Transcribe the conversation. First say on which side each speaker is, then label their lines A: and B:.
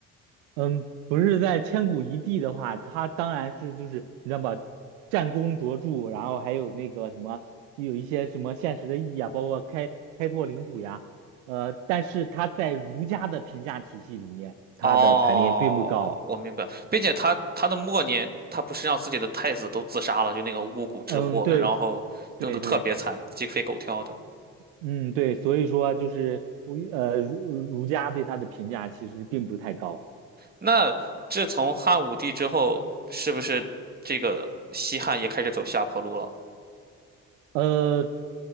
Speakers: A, on the right; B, on the right.
A: 嗯，不是在千古一帝的话，他当然是就是你知道吧，战功卓著，然后还有那个什么，有一些什么现实的意义啊，包括开开拓领土呀，呃，但是他在儒家的评价体系里面，他的排名并不高。
B: 哦，我明白，并且他他的末年，他不是让自己的太子都自杀了，就那个巫蛊之祸，
A: 嗯，对
B: 然后弄得特别惨，
A: 对对，
B: 鸡飞狗跳的。
A: 嗯对，所以说就是我呃儒儒家对他的评价其实并不太高。
B: 那自从汉武帝之后，是不是这个西汉也开始走下坡路了？
A: 呃，呃